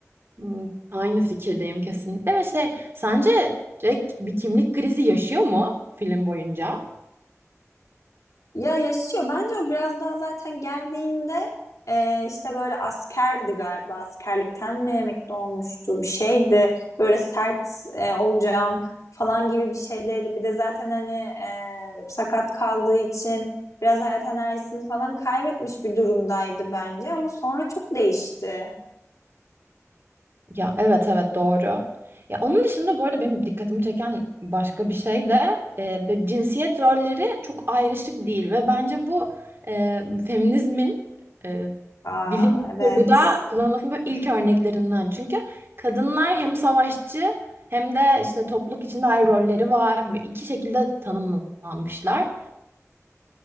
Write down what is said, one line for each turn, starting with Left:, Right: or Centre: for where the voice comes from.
Right: Hmm, Aynı fikirdeyim kesinlikle ve şey sence Jack bir kimlik krizi yaşıyor mu film boyunca?
Left: Ya yaşıyor bence o biraz daha zaten geldiğinde e, işte böyle askerdi galiba askerlikten mi emekli olmuştu bir şeydi böyle sert e, olacağım falan gibi bir şeydeydi. Bir de zaten hani e, sakat kaldığı için biraz hayat enerjisini falan kaybetmiş bir durumdaydı bence ama sonra çok değişti.
Right: Ya evet evet doğru. Ya onun dışında bu arada benim dikkatimi çeken başka bir şey de e, böyle cinsiyet rolleri çok ayrışık değil ve bence bu e, feminizmin e,
Left: Aa
Right: bilim
Left: evet.
Right: kurguda kullanılmasının böyle ilk örneklerinden. Çünkü kadınlar hem savaşçı hem de işte topluluk içinde ayrı rolleri var. Böyle iki şekilde tanımlanmışlar